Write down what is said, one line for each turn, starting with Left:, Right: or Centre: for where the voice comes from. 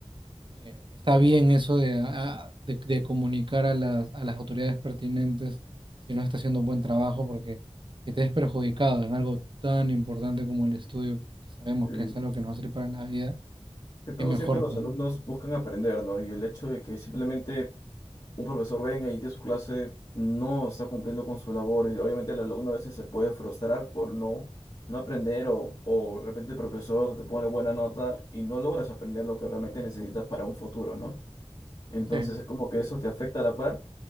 Right: Eh, está bien eso de, a- de, de comunicar a las, a las autoridades pertinentes si no está haciendo un buen trabajo, porque que te es perjudicado en algo tan importante como el estudio, que sabemos
Left: eh,
Right: que es algo que nos va a servir para la vida,
Left: que todo
Right: qué mejor,
Left: siempre los
Right: pues,
Left: alumnos
Right: ¿no?
Left: buscan aprender, ¿no? Y el hecho de que simplemente un profesor venga y dé su clase, no está cumpliendo con su labor y obviamente el alumno a veces se puede frustrar por no, no aprender o, o de repente el profesor te pone buena nota y no logras aprender lo que realmente necesitas para un futuro, ¿no? Entonces
Right: Sí.
Left: es como que eso te afecta a la par,